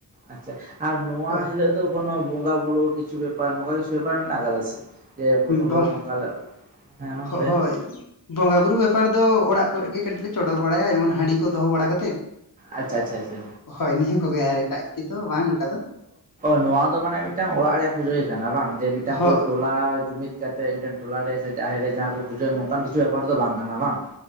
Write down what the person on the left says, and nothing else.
ᱦᱳᱭ
ᱵᱟᱝ
ᱦᱳᱭ
ᱵᱚᱸᱜᱟ ᱵᱩᱨᱩ ᱵᱮᱯᱟᱨ ᱫᱚ ᱚᱲᱟᱜ ᱠᱚᱨᱮ ᱜᱮ ᱠᱟᱹᱴᱤᱡ ᱞᱮ ᱪᱚᱰᱚᱨ ᱵᱟᱲᱟᱭᱟ ᱡᱮᱢᱚᱱ ᱦᱟᱺᱰᱤ ᱠᱚ ᱫᱚᱦᱚ ᱵᱟᱲᱟ ᱠᱟᱛᱮ ᱾
ᱦᱳᱭ ᱱᱤᱭᱟᱹ ᱠᱚᱜᱮ ᱟᱨ ᱮᱴᱟᱜ ᱠᱤᱪᱷᱩ ᱫᱚ ᱵᱟᱝ ᱚᱱᱠᱟ ᱫᱚ
ᱦᱚ